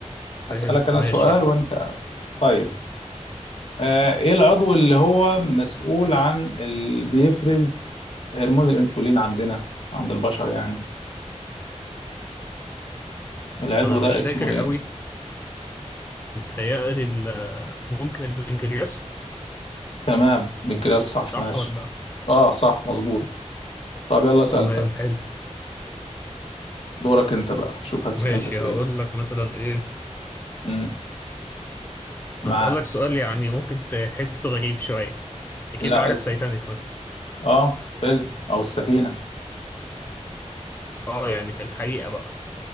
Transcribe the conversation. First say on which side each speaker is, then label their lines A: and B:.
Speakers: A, on the left; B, on the left.
A: اسالك
B: فهمت
A: انا
B: ماشي
A: سؤال
B: يلا
A: وانت طيب آه ايه العضو اللي هو مسؤول عن اللي بيفرز هرمون الانسولين عندنا عند البشر يعني العضو
B: انا
A: ده
B: مش
A: اسمه
B: فاكر
A: ايه
B: قوي متهيألي ال- آه، ممكن البنكرياس
A: تمام بنكرياس صح
B: صح
A: ماشي
B: ولا
A: اه صح مظبوط طب يلا اسال
B: تمام حلو
A: دورك انت بقى شوف هتسألني
B: ماشي
A: في
B: هقول
A: ايه
B: لك مثلا ايه
A: امم معاك
B: هسألك سؤال يعني ممكن ت- تحسه غريب شوية اكيد
A: لا
B: عارف
A: اسأل
B: تايتانيك مثلا
A: اه فيلم او السفينة
B: اه يعني في الحقيقة بقى